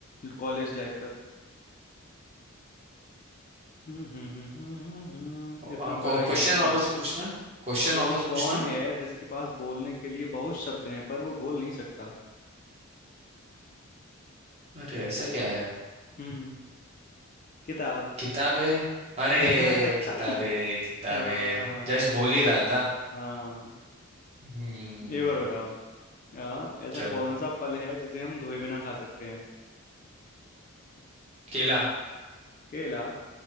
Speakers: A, on the left; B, on the right.
A: कॉलेज लाइफ तक हम्म हम्म हम्म हम्म हम्म, हम्म,
B: क्वेश्चन
A: इतना बड़ा हिंट दिया
B: वापस पूछना क्वेश्चन
A: वो
B: वापस
A: कौन
B: पूछना
A: है जिसके पास बोलने के लिए बहुत शब्द हैं पर वो बोल नहीं सकता
B: अरे ऐसा क्या है
A: हम्म किताब
B: किताबे अरे
A: <laughs>
B: किताबे किताबे
A: हाँ
B: जस्ट बोल ही रहा था
A: हाँ
B: हम्म
A: एक बार बताओ हाँ ऐसा
B: चलो
A: कौन सा फल है जिसे हम धोए बिना खा सकते हैं
B: केला
A: केला